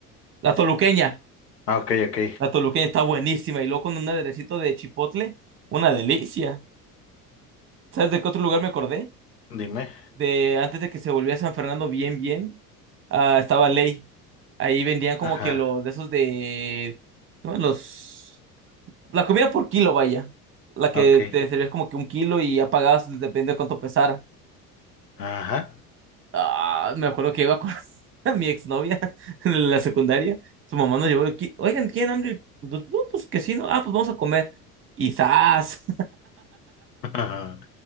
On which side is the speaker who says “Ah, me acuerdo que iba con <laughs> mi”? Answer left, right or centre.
Right